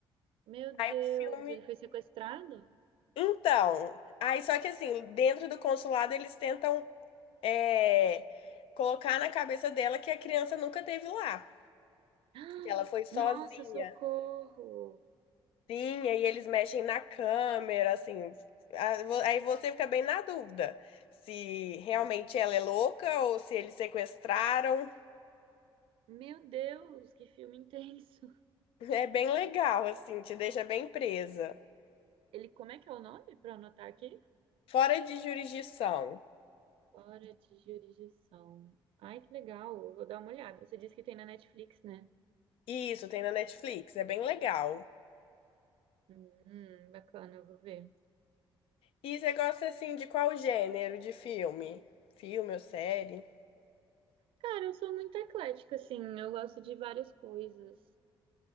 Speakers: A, on the right; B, on the left.
A: meu
B: Aí
A: Deus,
B: o filme.
A: ele foi sequestrado?
B: Então, aí só que assim, dentro do consulado eles tentam é, colocar na cabeça dela que a criança nunca teve lá,
A: Ah,
B: que ela foi sozinha.
A: Nossa, socorro!
B: Sim, aí eles mexem na câmera, assim. a- vo- Aí você fica bem na dúvida se realmente ela é louca ou se eles sequestraram. <laughs>
A: Meu Deus, que filme intenso!
B: É bem legal, assim, te deixa bem presa.
A: Ele, como é que é o nome para anotar aqui?
B: Fora de jurisdição.
A: Fora de jurisdição. Ai, que legal! Eu vou dar uma olhada. Você disse que tem na Netflix, né?
B: Isso, tem na Netflix, é bem legal.
A: Hum, bacana, eu vou ver.
B: E você gosta, assim, de qual gênero de filme? Filme ou série?
A: Cara, eu sou muito eclética, assim. Eu gosto de várias coisas.